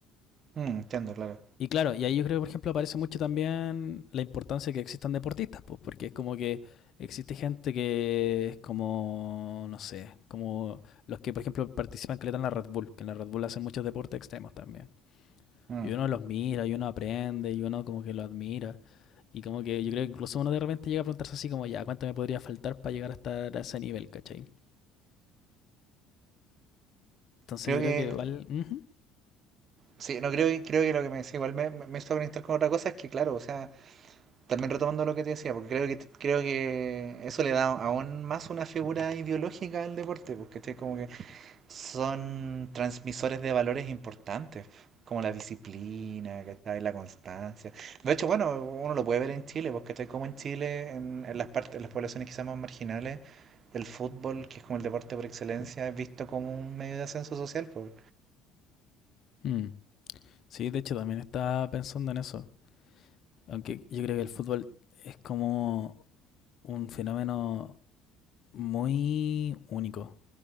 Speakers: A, on the right (about 45°); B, on the left (about 50°).
A: mm, entiendo, claro.
B: Y claro, y ahí yo creo que, por ejemplo, aparece mucho también la importancia de que existan deportistas, pues, porque es como que existe gente que es como, no sé, como los que, por ejemplo, participan que le dan la Red Bull, que en la Red Bull hacen muchos deportes extremos también.
A: Mm.
B: Y uno los mira, y uno aprende, y uno como que lo admira. Y como que yo creo que incluso uno de repente llega a preguntarse así como, ya, ¿cuánto me podría faltar para llegar hasta a ese nivel, cachai? Entonces
A: Creo
B: yo
A: que,
B: creo que igual... ujú,
A: sí, no creo, que- creo que lo que me decía, igual me, me me hizo conectar con otra cosa, es que claro, o sea, también retomando lo que te decía, porque creo que, creo que eso le da aún más una figura ideológica al deporte, porque estoy como que son transmisores de valores importantes, como la disciplina, ¿cachai? La constancia. De hecho, bueno, uno lo puede ver en Chile, porque ¿cachai? Como en Chile, en, en las partes, en las poblaciones quizás más marginales, el fútbol, que es como el deporte por excelencia, es visto como un medio de ascenso social, pues.
B: mm. Sí, de hecho también estaba pensando en eso. Aunque yo creo que el fútbol es como un fenómeno muy único